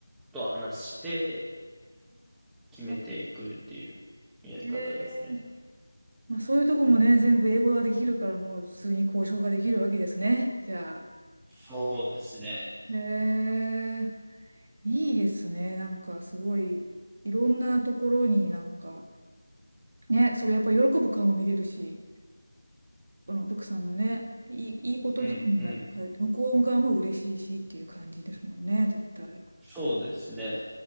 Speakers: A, in the centre; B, on the right.
A: と話して決めていくっていうやり方ですね。
B: あー、えー、まあそういうとこもね、全部英語ができるから、もう普通に交渉ができるわけですね、じゃ
A: そうですね。
B: あ。へえいいですね、なんかすごい、いろんなところになんか、ね、それやっぱ喜ぶ顔も見れるし。あの、お客さんのね、いい、いいことずくめな、
A: うんうん。
B: い向こう側も嬉しいしっていう感じですもんね、絶対。
A: そうですね。